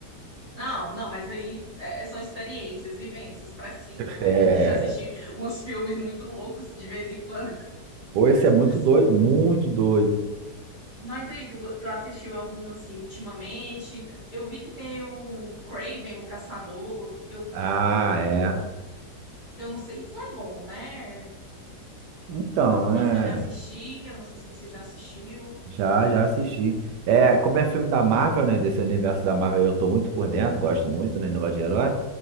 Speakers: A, on the right; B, on the right.
A: Não, não, mas aí é, é, são experiências, vivências, precisa, né?
B: É...
A: A gente já assistiu uns filmes muito loucos de vez em quando.
B: Pô, esse
A: <laughs>
B: é muito doido, muito doido.
A: Mas aí, tu, go- tu assistiu algum, assim, ultimamente? Eu vi que tem o Craven, o Caçador. Eu,
B: Ah, é.
A: eu não sei se é bom, né?
B: Então,
A: Eu tava pensando
B: é.
A: em assistir, eu não sei se você já assistiu.
B: Já, já assisti. É, como é filme da Marvel, né? Desse universo da Marvel, eu tô muito por dentro, gosto muito, né? Negócio de herói.